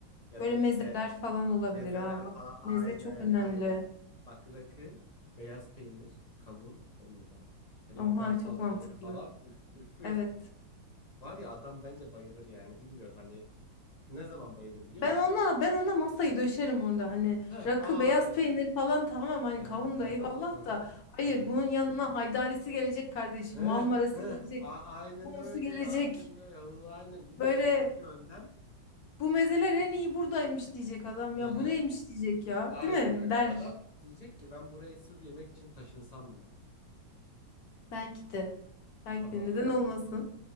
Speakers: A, on the left (about 30°); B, on the left (about 55°).
A: ya
B: Böyle
A: da işte
B: mezeler falan olabilir
A: mezeler
B: ha bak.
A: falan aynen
B: Meze çok önemli.
A: aynen. Bak rakı, beyaz peynir, kavun on numara. Hele
B: Oha
A: biber salçaları
B: çok mantıklı.
A: falan üf üf üf.
B: Evet.
A: Var ya adam bence bayılır yani. Bilmiyorum hani ne zaman bayılır biliyor
B: Ben
A: musun?
B: ona ben ona masayı döşerim orada hani
A: Heh
B: rakı
A: aynen.
B: beyaz peynir falan tamam hani
A: Hı
B: kavun
A: hı hı
B: da eyvallah
A: hı hı hı.
B: da hayır
A: hı hı.
B: bunun yanına haydarisi gelecek kardeşim
A: Heh,
B: muhammarası
A: heh.
B: gelecek
A: A- aynen
B: humusu
A: öyle.
B: gelecek
A: Aynen öyle. Onu aynen. Bir de
B: böyle
A: içli köfte önden.
B: bu mezeler en iyi buradaymış diyecek adam ya
A: Hı hı.
B: bu neymiş diyecek ya
A: Aynen
B: değil mi
A: öyle.
B: der
A: Adam diyecek ki ben buraya sırf yemek için taşınsam mı?
B: belki de belki
A: Tamam.
B: de neden olmasın